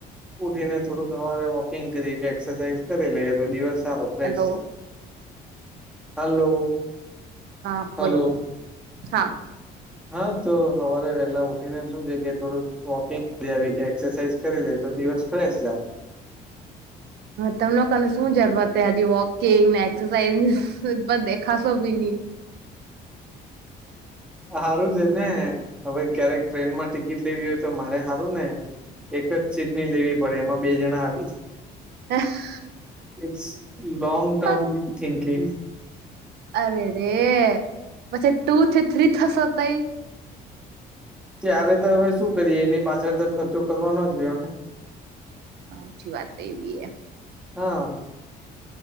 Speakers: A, in the centre; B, on the right.
A: ઉઠી ને થોડુંક સવારે વોકિંગ કરી કે એક્સરસાઇઝ કરી લઈએ તો દિવસ સારો ફ્રેશ
B: હેલો
A: હલો
B: હા
A: હલો-
B: બોલો
A: -
B: હા.
A: હા તો હવારે વહેલા ઉઠીને શું છે કે થોડુંક વોકિંગ કે એક્સરસાઇઝ- - કરી લે તો દિવસ ફેશ જાય- -
B: હા તમ લોકોને શું જરૂરત હે હજી વોકિંગ ને એક્સરસાઇઝ પણ દેખાશો બી ની.
A: હારું છે ને હવે ક્યારેક ટ્રેન માં ટિકિટ લેવી હોય. તો મારે હારું ને એક જ ચીટણી લેવી પડે એમાં બે જણા આવી.
B: <inaudible>
A: ઇટ્સ લોંગ ટર્મ
B: હા
A: થિંકિંગ.
B: અરે રે પછી ટુ થી થ્રી થસો તઈ.
A: ત્યારે તો હવે શું કરીએ એની પાછળ તો ખર્ચો કરવાનો જ રહ્યો ને- -
B: ઓછી વાત તો એ બી એ- -
A: હા.